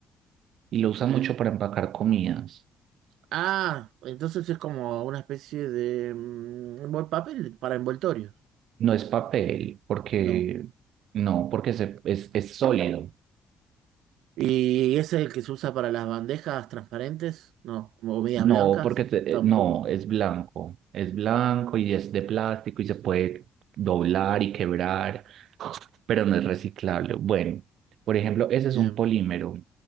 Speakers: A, on the right (about 60°); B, on the right (about 90°).
A: y lo usan
B: Eh,
A: mucho para empacar comidas.
B: ah, entonces es como una especie de mm, buen papel para envoltorio.
A: No es papel, porque
B: No.
A: no, porque se- es, es sólido.
B: ¿Y ese es el que se usa para las bandejas transparentes? No, o medias
A: No,
B: blancas,
A: porque te-
B: tampoco.
A: eh, no, es blanco. Es blanco y es de plástico y se puede doblar y quebrar, pero no es reciclable. Bueno, por ejemplo, ese es
B: Bien.
A: un polímero.